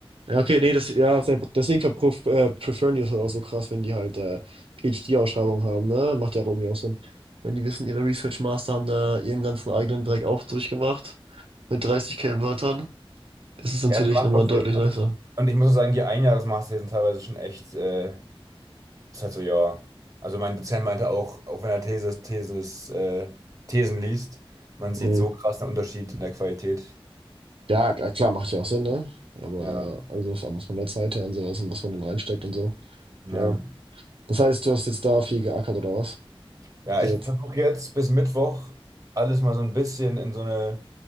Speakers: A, on the right (about 70°); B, on the right (about 35°).
A: Ja, okay, nee, das, ja, sehr- deswegen verpruf, äh, preferen die das halt auch so krass, wenn die halt äh, PhD-Ausschreibungen haben, ne? Macht ja auch irgendwie auch Sinn. Wenn die wissen, ihre Research Master haben da ihren ganzen eigenen Dreck auch durchgemacht, mit 30k Wörtern, ist es natürlich
B: Ja, es macht
A: nochmal
B: doch Sinn.
A: deutlich
B: Und,
A: nicer.
B: und ich muss auch sagen, die Einjahresmaster hier sind teilweise schon echt äh, Ist halt so, ja. Also mein Dozent meinte auch, auch wenn er These, Thesis, äh, Thesen liest, man sieht
A: Mhm.
B: so krass einen Unterschied in der Qualität.
A: Ja, k- klar, macht ja auch Sinn, ne? Aber
B: Ja,
A: äh, also was was von der Zeit her und sowas und was man dann reinsteckt und so.
B: ja.
A: Ja. Das heißt, du hast jetzt da viel geackert oder was?
B: Ja,
A: Die
B: ich
A: letzten.
B: versuche jetzt bis Mittwoch alles mal so ein bisschen in so eine.